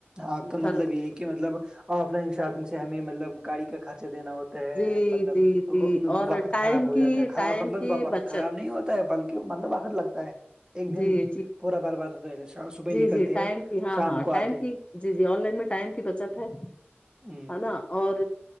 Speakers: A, on the right; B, on the left.
A: آپ کا مطلب
B: گھر
A: یہ ہے کہ مطلب آف لائن شاپنگ سے ہمیں مطلب گاڑی خرچ دینا ہوتا ہے
B: جی
A: مطلب
B: جی جی اور
A: وقت
B: ٹائم
A: خراب ہو
B: کی
A: جاتا ہے خراب
B: ٹائم
A: مطلب
B: کی
A: وقت
B: بچت
A: خراب نہیں ہوتا ہے بلکہ مطلب وقت لگتا ہے ایک دن
B: جی جی
A: پورا برباد ہوتا ہے جیسے صبح
B: جی
A: نکلتے
B: جی ٹائم
A: ہیں
B: کی ہاں
A: شام
B: ہاں
A: کو
B: ٹائم
A: آتے
B: کی جی جی آن لائن میں ٹائم کی بچت ہے
A: ہ
B: نا اور